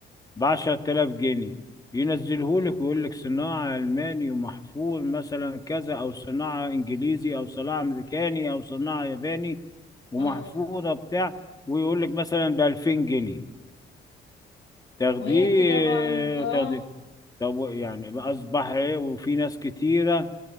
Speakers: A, on the left; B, on the left.
A: ب 10000 جنيه ينزله لك ويقول لك صناعة ألماني ومحفور مثلا كذا أو صناعة إنجليزي أو صناعة أمريكاني أو صناعة ياباني ومحفورة
B: اه
A: بتاع ويقول لك مثلا ب 2000 جنيه تاخديه
B: وهي كده طبعا اه
A: تاخديه طب يعني بقى أصبح إيه وفي ناس كتيرة